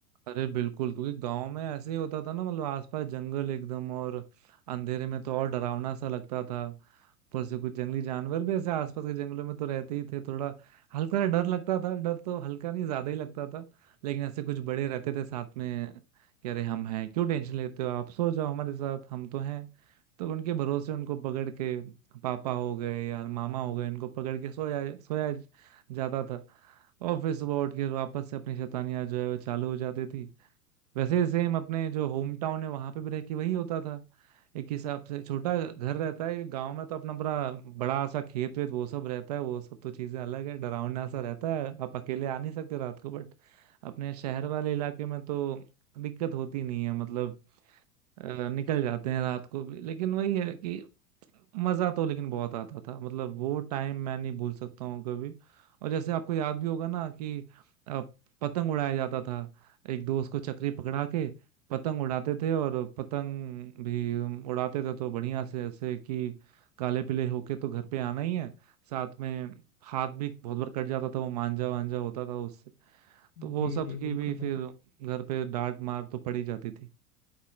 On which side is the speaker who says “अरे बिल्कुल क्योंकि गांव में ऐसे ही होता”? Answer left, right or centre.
Right